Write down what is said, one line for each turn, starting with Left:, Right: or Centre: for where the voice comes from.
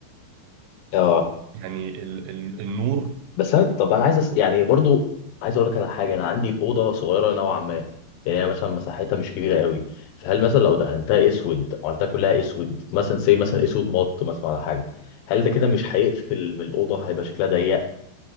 Left: اه
Right: يعني ال ال النور
Left: بس انا طب انا عايز أس... يعني برضو عايز اقول لك على حاجه انا عندي اوضه صغيره نوعا ما يعني هي مثلا مساحتها مش كبيره قوي فهل مثلا لو دهنتها اسود عملتها كلها اسود مثلا زي مثلا اسود مط مثلا على حاجه هل ده كده مش هيقفل من الاوضه هيبقى شكلها ضيق